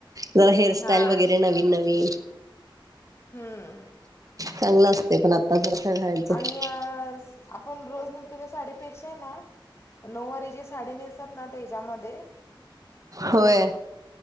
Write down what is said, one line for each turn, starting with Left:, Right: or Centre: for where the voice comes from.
Right: जरा हेअरस्टाईल
Left: हा
Right: वगैरे नवीन नवीन
Left: हम्म.
Right: चांगलं असते पण आता <unintelligible>
Left: आणि अ, आपण रोज नेसतो त्या साडीपेक्षा आहे ना नऊवारी जे साडी नेसतात ना तेच्यामधे
Right: होय